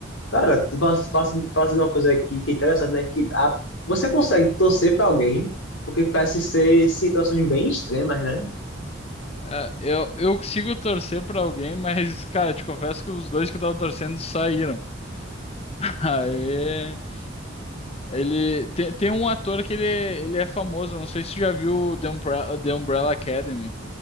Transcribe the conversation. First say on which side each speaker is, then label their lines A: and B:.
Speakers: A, on the left; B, on the left.
A: Cara, tu faz, faz, faz uma coisa aqui que é interessante, né? Que a- você consegue torcer pra alguém, porque parece ser situações bem extremas, né?
B: É, eu, eu consigo torcer pra alguém, mas, cara, te confesso que os dois que eu tava torcendo saíram. <laughs> Aê. Ele tem, tem um ator que ele, é- ele é famoso, não sei se você já viu The Umbrella, The Umbrella Academy.